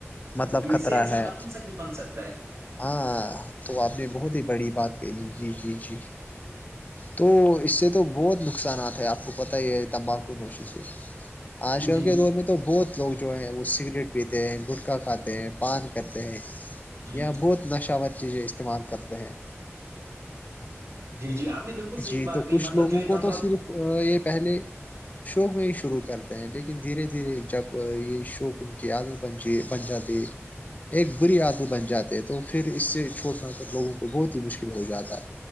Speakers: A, on the left; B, on the right.
A: مطلب
B: جی اس
A: خطرہ
B: سے انسان
A: ہے
B: نپنسک بھی بن سکتا ہے
A: ہاں تو آپ نے بہت ہی بڑی بات کہی جی جی جی
B: جی
A: تو اس سے تو بہت نقصانات ہے آپ کو پتہ ہی ہے تمباکو نوشی سے آشور
B: جی جی
A: کے دور میں تو تو بہت لوگ جو ہیں وہ سگریٹ پیتے ہیں گٹکا کھاتے ہیں پان کرتے ہیں
B: جی
A: یا بہت نشاور چیزیں استعمال کرتے ہیں
B: جی جی آپ نے بالکل صحیح
A: جی
B: بات
A: تو
B: کہی
A: کچھ
B: مطلب
A: لوگوں
B: جو یہ
A: کو
B: تمباک
A: تو صرف یہ پہلے شوق میں ہی شروع کرتے ہیں لیکن دھیرے دھیرے جب یہ شوق ان کی عادت بنچے بن جاتات ایک بری عادت بن جاتے تو پھر اس سے چھوڑنا پ لوگوں کو بہت ہی مشکل ہو جاتا ہے